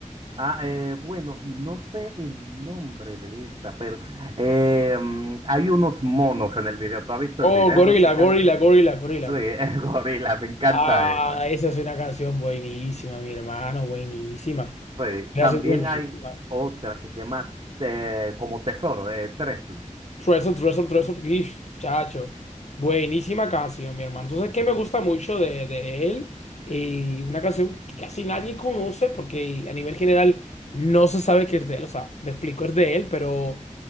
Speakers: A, on the right; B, on the left.
A: Ah, eh, bueno, no sé el nombre de esta, pero eh, mm, hay unos monos en el video. ¿Tú has visto
B: Oh,
A: el video
B: Gorila,
A: musical?
B: Gorila, Gorila, Gorila.
A: Sí, <laughs> el gorila, me encanta
B: Ah,
A: esa.
B: esa es una canción buenísima, mi hermano, buenísima.
A: Sí,
B: Gracias,
A: también
B: buenísima.
A: hay otra que se llama eh, como Tesoro, eh, Treasure.
B: Treasure, Treasure, Treasure, GIF, chacho. Buenísima canción, mi hermano. Entonces, ¿qué me gusta mucho de, de él? Y una canción que casi nadie conoce porque a nivel general no se sabe que es de él. O sea, me explico, es de él, pero...